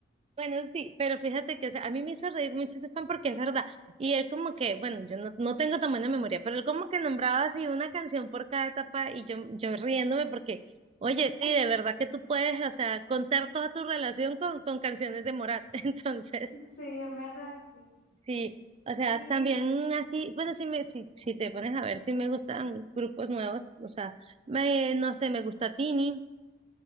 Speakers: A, on the right; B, on the left.
A: Bueno, sí, pero fíjate que o sea, a mí me hizo reír mucho ese fan porque es verdad. Y él como que, bueno, yo no, no tengo tan buena memoria, pero él como que nombraba así una canción por cada etapa y yo, yo riéndome porque, oye, sí, de verdad que tú puedes, o sea, contar toda tu relación con, con canciones de Morat. <laughs> Entonces,
B: Sí, en verdad, sí.
A: sí, o sea,
B: Y,
A: también así, bueno, si, me, si, si te pones a ver, si me gustan grupos nuevos, o sea, me, no sé, me gusta Tini,